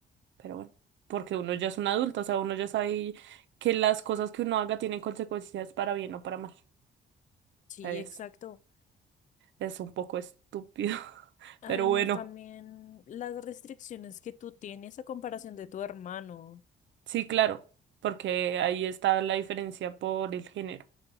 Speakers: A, on the right (about 70°); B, on the left (about 40°).
A: pero bueno. Porque uno ya es un adulto, o sea, uno ya sabe que las cosas que uno haga tienen consecuencias para bien o para mal.
B: Sí,
A: ¿sabes?
B: exacto.
A: Es un poco estúpido, <laughs>
B: Además,
A: pero bueno,
B: también las restricciones que tú tienes a comparación de tu hermano.
A: sí, claro, porque ahí está la diferencia por el género.